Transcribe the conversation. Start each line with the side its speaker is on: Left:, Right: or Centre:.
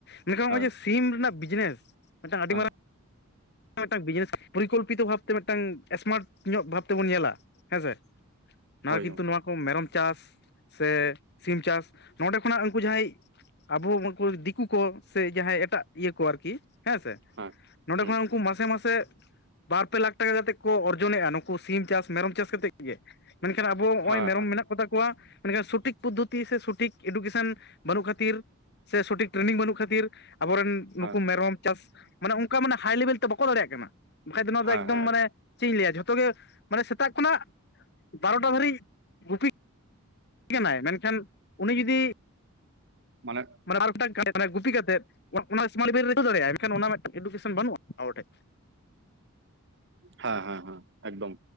Left: ᱢᱮᱱᱠᱷᱟᱱ
Right: ᱦᱮᱸ
Left: ᱱᱚᱜ-ᱚᱭ ᱡᱮ ᱥᱤᱢ ᱨᱮᱱᱟᱜ ᱵᱤᱡᱽᱱᱮᱥ ᱢᱤᱫ ᱴᱟᱝ ᱟᱹᱰᱤ
Right: ᱦᱮᱸ
Left: ᱢᱟᱨᱟᱝ ᱢᱮᱜ ᱴᱟᱝ ᱵᱤᱡᱽᱱᱮᱥ ᱯᱚᱨᱤᱠᱚᱞᱯᱤᱛᱚ ᱵᱷᱟᱵᱛᱮ ᱢᱮᱜ ᱴᱟᱝ ᱮᱥᱢᱟᱴ ᱧᱚᱜ ᱵᱷᱟᱵ ᱛᱮᱵᱚᱱ ᱧᱮᱞᱟ, ᱦᱮᱸᱥᱮ ᱱᱚᱣᱟ
Right: ᱦᱳᱭ
Left: ᱠᱤᱱᱛᱩ
Right: ᱜᱚᱝᱠᱮ
Left: ᱱᱚᱣᱟ ᱠᱚ ᱢᱮᱨᱚᱢ ᱪᱟᱥ, ᱥᱮ ᱥᱤᱢ ᱪᱟᱥ ᱱᱚᱰᱮ ᱠᱷᱚᱱᱟᱜ ᱩᱱᱠᱩ ᱡᱟᱦᱟᱸᱭ ᱟᱵᱚ ᱩᱱᱠᱩ ᱫᱤᱠᱩ ᱠᱚ ᱥᱮ ᱡᱟᱦᱟᱸᱭ ᱮᱴᱟᱜ ᱤᱭᱟᱹ ᱠᱚ ᱟᱨᱠᱤ, ᱦᱮᱸ ᱥᱮ
Right: ᱦᱮᱸ
Left: ᱱᱚᱰᱮ
Right: ᱦᱮᱸ
Left: ᱠᱷᱚᱱᱟ ᱩᱱᱠᱩ ᱢᱟᱥᱮ ᱢᱟᱥᱮ ᱵᱟᱨ ᱯᱮ ᱞᱟᱠᱷ ᱴᱟᱠᱟ ᱠᱟᱛᱮᱫ ᱠᱚ ᱚᱨᱡᱚᱱᱮᱜ-ᱟ ᱱᱩᱠᱩ ᱥᱤᱢ ᱪᱟᱥ ᱢᱮᱨᱚᱢ ᱪᱟᱥ ᱠᱟᱛᱮᱜ ᱜᱮ, ᱢᱮᱱ ᱠᱷᱟᱱ ᱟᱵᱚ ᱱᱚᱜ-ᱚᱭ
Right: ᱦᱮᱸ
Left: ᱢᱮᱨᱚᱢ ᱢᱮᱱᱟᱜ ᱠᱚᱛᱟ ᱠᱚᱣᱟ ᱢᱮᱱ ᱠᱷᱟᱱ ᱥᱚᱴᱷᱤᱠ ᱯᱚᱫᱽᱫᱷᱚᱛᱤ ᱥᱮ ᱥᱚᱴᱷᱤᱠ ᱮᱰᱩᱠᱮᱥᱮᱱ ᱵᱟᱹᱱᱩᱜ ᱠᱷᱟᱹᱛᱤᱨ ᱥᱮ ᱥᱚᱴᱷᱤᱠ ᱴᱨᱮᱱᱤᱝ ᱵᱟᱹᱱᱩᱜ ᱠᱷᱟᱹᱛᱤᱨ ᱟᱵᱚ ᱨᱮᱱ
Right: ᱦᱮᱸ
Left: ᱱᱩᱠᱩ ᱢᱮᱨᱚᱢ ᱪᱟᱥ ᱢᱟᱱᱮ ᱚᱱᱠᱟ ᱢᱟᱱᱮ ᱦᱟᱭ ᱞᱮᱵᱮᱞ ᱛᱮ ᱵᱟᱠᱚ ᱫᱟᱲᱮᱭᱟᱜ ᱠᱟᱱᱟ ᱵᱟᱠᱷᱟᱡ ᱫᱚ ᱱᱚᱣᱟ
Right: ᱦᱮᱸ
Left: ᱫᱚ ᱮᱠᱫᱚᱢ
Right: ᱦᱮᱸ ᱦᱮᱸ
Left: ᱢᱟᱱᱮ ᱪᱮ ᱤᱧ ᱞᱟᱹᱭᱟ ᱡᱷᱚᱛᱚ ᱜᱮ ᱢᱟᱱᱮ ᱥᱮᱛᱟᱜ ᱠᱷᱚᱱᱟᱜ ᱵᱟᱨᱚᱴᱟ ᱫᱷᱟᱹᱨᱤᱡ ᱜᱩᱯᱤ ᱠᱟᱱᱟᱭ ᱢᱮᱱ ᱠᱷᱟᱱ ᱩᱱᱤ ᱡᱩᱫᱤ
Right: ᱢᱟᱞᱮᱜ
Left: ᱢᱟᱱᱮ ᱟᱨ ᱢᱤᱫ ᱴᱟᱝ ᱜᱩᱯᱤ ᱠᱟᱛᱮᱫ ᱚᱱᱟ ᱥᱢᱟᱞ ᱞᱮᱵᱮᱞ ᱨᱮ ᱫᱟᱲᱮᱭᱟᱜ ᱟᱭ ᱢᱮᱱ ᱠᱷᱟᱱ ᱚᱱᱟ ᱮᱰᱩᱠᱮᱥᱚᱱ ᱵᱟᱹᱱᱩᱜ-ᱟ ᱟᱵᱚ ᱴᱷᱮᱡ᱾
Right: ᱦᱮᱸ ᱦᱮᱸ ᱦᱮᱸ ᱮᱠᱫᱚᱢ